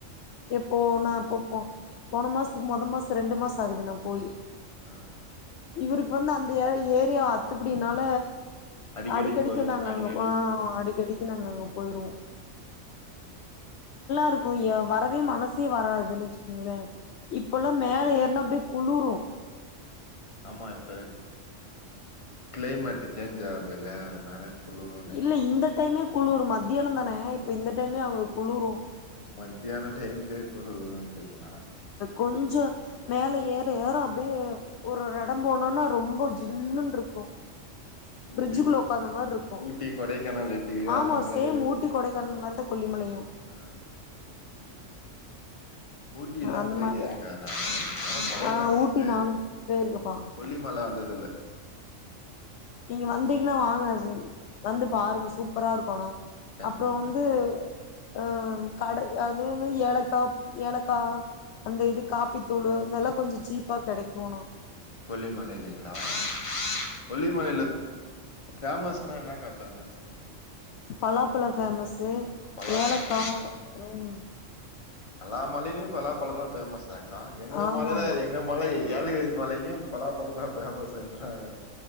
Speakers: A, on the left; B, on the left.
A: போன போ போன மாசத்துக்கு மொத மாசம் ரெண்டு மாசம் ஆகுது நான் போய்
B: ஆஹ்
A: இவருக்கு வந்து அந்த ஏரியா அத்துப்புடினால
B: அடிக்கடி
A: அடிக்கடிக்கு
B: போவீங்க
A: நாங்க
B: அடிக்கடி
A: அங்கப் அடிக்கடிக்கு நாங்க அங்க போயிருவோம்
B: ஓக்கே ஓக்கேக்கா
A: இருக்கு எ வரவே மனசே வராதுன்னு வச்சுக்கோங்களே இப்போல்லாம் மேல ஏறனா அப்டே குளுரும்
B: ஆமா இப்ப கிளைமேட் சேஞ்ச் ஆது இல்ல அதனால குளுருன்னு நெனைக்கிறே
A: இல்ல இந்த டைமே குளுர் மத்தியானம் தானே இப்ப இந்த டைமே அங்க குளுரும்
B: உம் மதியன டைம்லையே குளுருத் செய்ங்களா
A: கொஞ்சம் மேல ஏற ஏற அப்டியே ஒரு ஒரு இடம் போனோன்னா ரொம்ப ஜில்லுன்ரு இருக்கும்
B: ஊட்டி
A: பிரட்ஜுக்குள்ள உட்கார்ந்த மாரி இருக்கும்
B: ஊட்டி கொடைக்கானல் எப்டியோ
A: ஆமா
B: அந்த மாரி
A: சேம் ஊட்டி கொடைக்கானல் மாரிதான் கொல்லிமலையும்
B: ஆ ஊட்டி எல்லாம்
A: அந்த
B: போய்க்குறங்க
A: மாரி
B: நானு ஆனா கொடைக்கானல்
A: ஆ ஊட்டி
B: இது
A: நானு போயிருக்கப்பா
B: கொல்லிமல இருந்ததில்ல
A: நீங்க வந்தீங்கன்னா வாங்க வந்து பாருங்க சூப்பரா இருக்கோ ஆனா
B: கண்டிப்பாங்க
A: அப்புறம் வந்து அஹ் கடை அது இது ஏலக்கா ஏலக்கா அந்த இது காப்பித்தூள் இதெல்லாம் கொஞ்சம் சீப்பா கிடைக்குனு
B: கொல்லிமலைலிங்களா கொல்லி கொல்லிமலையில பேமஸ்னா இன்னக்கா ஃபேமஸ்
A: பலாப்பலோ ஃபேமஸ் து
B: பலாப்பழோ
A: ஏலக்காவு உஹ்ம்
B: எல்லா மலையிலும் பலாப்பழம் தான் ஃபேமஸ் ஹா ஆஹ எங்க
A: ஆமா
B: மலைதான்
A: ஆமா
B: எங்க மலை ஏலகிரி மலையிலயும் பலாப்பழம் தான் பேமஸ் என்றாங்க